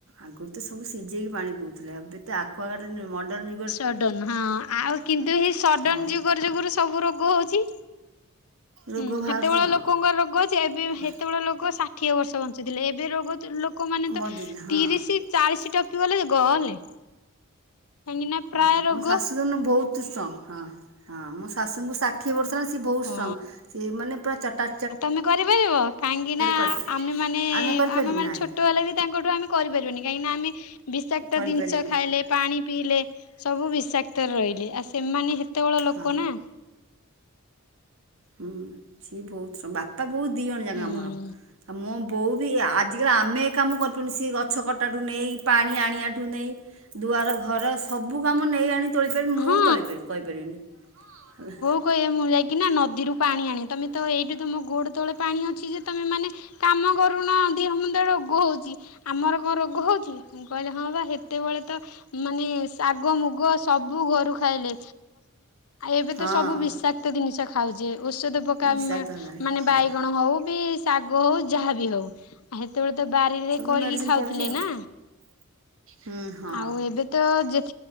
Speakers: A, on the right (about 65°); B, on the left (about 85°).
A: ଆଗୁରୁ ତ ସବୁ ସିଝେଇକି ପାଣି ପିଉଥିଲେ ଏବେ ତ ଆକୁୁଆଗାର୍ଡ଼ ମଡ଼ର୍ଣ୍ଣ
B: ସଡନ ହଁ ଆଉ କିନ୍ତୁ ଏ ସଡନ
A: ହଁ।
B: ଯୁଗର ଯୁଗରୁ ସବୁ ରୋଗ ହୋଉଚି।
A: ରୋଗ
B: ହୁଁ
A: ବାହାରୁଛି
B: ହେତେବେଳେ
A: ହଁ।
B: ଲୋକଙ୍କ ରୋଗ ଅଛି ଏବେ
A: ସେତେବେଳେ
B: ହେତେବେଳେ ଲୋକ ଷାଠିଏ ବର୍ଷ ବଞ୍ଚୁଥିଲେ ଏବେ ରୋଗ ଲୋ ଲୋକମାନେତ
A: ବଞ୍ଚୁଥିଲେ ହଁ।
B: ତିରିଶି
A: ଲୋକମାନେ
B: ଚାଳିଶି
A: ତ
B: ଟପି ଗଲେ ଗଲେ। କାହିଁକି ନା ପ୍ରାୟ
A: ଆମ
B: ରୋଗ
A: ଶାଶୁ ଜୋଉଦିନ ବହୁତ୍ ବହୁତ ଷ୍ଟ୍ରଙ୍ଗ୍ ହଁ ହଁ ମୋ ଶାଶୁଙ୍କୁ ଷାଠିଏ ବର୍ଷ ହେଲାଣି ସିଏ ବହୁତ
B: ହଁ।
A: ଷ୍ଟ୍ରଙ୍ଗ ସିଏ ମାନେ ପ୍ରାୟ ଚାରିଟା
B: ତମେ କରିପାରିବ କାହିଁକି ନା
A: କରିପାରିବୁ
B: ଆମେ ମାନେ
A: କରିପାରିବୁ
B: ଆମେ ମାନେ
A: ନାହିଁ।
B: ଛୋଟହେଲେ ବି ତାଙ୍କଠୁ ଆମେ କରିପାରିବନି କାହିଁକିନା ଆମେ ବିଷାକ୍ତ
A: କରିପାରିବାନି।
B: ଜିନିଷ ଖାଇଲେ ପାଣି ପିଇଲେ ସବୁ ବିଷାକ୍ତରେ ରହିଲେ ଆଉ ସେମାନେ ହେତେବେଳ ଲୋକ
A: ହଁ।
B: ନା।
A: ହୁଁ ସିଏ ବହୁତ ବାପା ବୋଉ ଦିଇଅଣ ଯାକ
B: ହୁଁ।
A: ଆମର। ଆଉ ମୋ ବୋଉ ବି ଆଜିକାଲି ଆମେ ଏ କାମ କରିପାରୁନୁ ସିଏ ଗଛ କଟାଠୁ ନେଇ ପାଣି ଆଣିବାଠୁ ନେଇ ଦୁଆର ଘର ସବୁ କାମ ନେଇ ଆଣି ତୋଳି ପାରିବି ମୁଁ
B: ହଁ
A: ତୋଳି ପାରିବି କରିପାରିବିନି।
B: କହେ ମୁଁ ଯାଇକି ନା ନଦୀରୁ ପାଣି ଆଣେ ତମେ ତ ଏଇଠୁ ତମ ଗୋଡ ତଳେ ପାଣି ଅଛି ଯେ ତମେ ମାନେ କାମ କରୁନ ଦେହ ମୁ କେତେ ରୋଗ ହୋଉଚି ଆମର କଣ ରୋଗ ହୋଉଚି। କହିଲେ ହଁ ବା ହେତେବେଳେ ତ ମାନେ ଶାଗ ମୁଗ ସବୁ ଘରୁ ଖାଇଲେ ଏବେ
A: ହଁ।
B: ତ ସବୁ ବିଷାକ୍ତ ବିଷାକ୍ତ ଜିନିଷ ଖାଉଚେ ଔଷଧ ପକା
A: ବିଷାକ୍ତ ହେଲାଣି
B: ମାନେ
A: ହଁ।
B: ବାଇଗଣ ହୋଉ ବି ଶାଗ ହୋଉ ଯାହାବି ହୋଉ ହେତେବେଳେ ତ ବାରିରେ
A: ସବୁ
B: କରିକି
A: ମେଡ଼ିସିନ
B: ଖାଉଥିଲେ
A: ପଡ଼ୁଛି ଆଉ
B: ନା।
A: ହୁଁ ହଁ।
B: ଆଉ ଏବେ ତ ଯେ